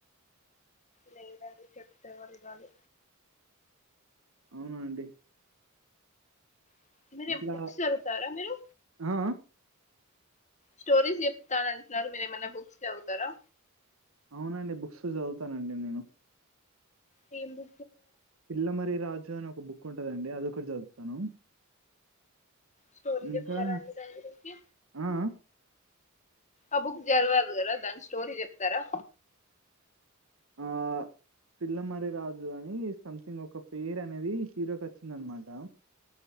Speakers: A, on the left; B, on the right.
A: లేదండి చెప్పే వాళ్ళు కాదు
B: అవునా అండి
A: <unintelligible> ఏందుర
B: ఇట్లా
A: బుక్స్ జరుగుతారా మీరు
B: ఆ! ఆ!
A: స్టోరీస్ చెప్తాననీ అంటున్నారు మీరు ఏమైనా బుక్స్ చదువుతారా
B: అవునండి బుక్స్ చదువుతానండి నేను
A: పెంబు
B: పిల్లమరి రాజు అని ఒక బుక్ ఉంటదండి అదొకటి చదువుతాను
A: స్టోరీ
B: ఇంకా
A: చెప్తారా అండి దాని గురించి
B: ఆ
A: ఆ బుక్ జరివరు కదా దాని స్టోరీ చెప్తారా
B: ఆ పిల్లమరి రాజు అని సంథింగ్ ఒక పేరు అనేది హీరోకి వచ్చింది అనమాట